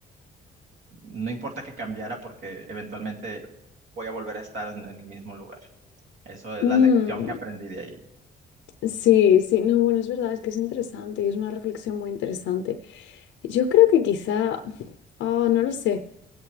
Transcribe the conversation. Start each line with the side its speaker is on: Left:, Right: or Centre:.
Right: no importa que cambiara porque eventualmente voy a volver a estar en, en el mismo lugar. Eso es
Left: Mm,
Right: la lección que aprendí de ahí.
Left: sí, sí, no, bueno, es verdad, es que es interesante y es una reflexión muy interesante. Yo creo que quizá, <sighs> ah, no lo sé.